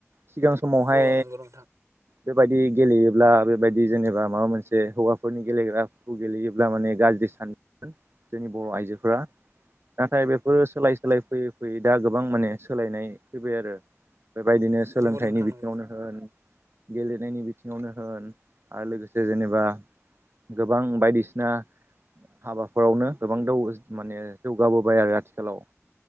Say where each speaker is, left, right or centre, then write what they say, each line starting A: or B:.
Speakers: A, on the right; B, on the right.
A: सिगां समावहाय
B: औ औ नंगौ नोंथां
A: बेबायदि गेलेयोब्ला बेबायदि जेनेबा माबा मोनसे हौवाफोरनि गेलेग्राखौ गेलेयोब्ला माने गाज्रि सान जोंनि बर' आइजोफोरा नाथाय बेफोरो सोलाय सोलाय फैयै फैयै दा गोबां माने सोलायनाय फैबाय आरो। बेबायदिनो सोलोंथाइनि
B: नंगौ नोंथां नंगौ नोंथां नंगौ
A: बिथिङावनो होन गेलेनायनि बिथिङावनो होन आरो लोगोसे जेनेबा गोबां बायदिसिना हाबाफोरावनो गोबां दाव माने जौगाबोबाय आरो आथिखालाव